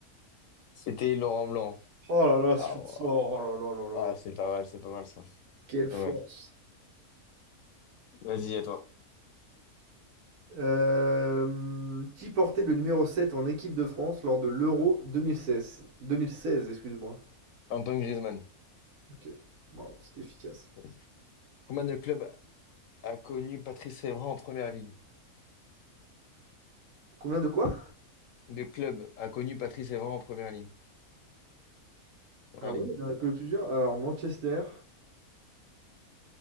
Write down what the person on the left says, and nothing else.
C'était Laurent Blanc.
Ah,
ouais.
Ah,
c'est pas mal, c'est pas mal ça.
C'est
pas mal. Vas-y, à toi.
Antoine Griezmann.
Vas-y. Combien de clubs a connu Patrice Evra en première ligne?
De clubs a connu Patrice Evra en première ligne. Première
ligne.